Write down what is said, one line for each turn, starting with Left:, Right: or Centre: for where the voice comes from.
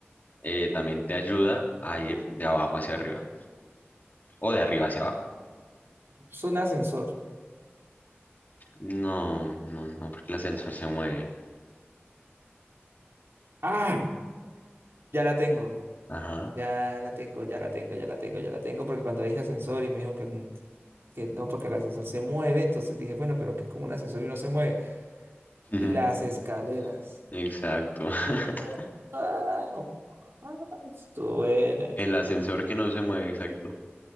Left: Eh, también te ayuda a ir de abajo hacia arriba. O de arriba hacia abajo.
Right: Es un ascensor.
Left: No, no, no, porque el ascensor se mueve.
Right: ¡Ah! Ya la tengo.
Left: Ajá.
Right: Ya la tengo, ya la tengo, ya la tengo, ya la tengo. Porque cuando dije ascensor y me dijo que, n- que no, porque el ascensor se mueve, entonces dije, bueno, pero que es como un ascensor y no se mueve. Las
Left: <laughs>
Right: escaleras.
Left: Exacto. <laughs>
Right: ¡Guau! Ah, Estuvo buena, estuvo
Left: El ascensor
Right: buena.
Left: que no se mueve, exacto.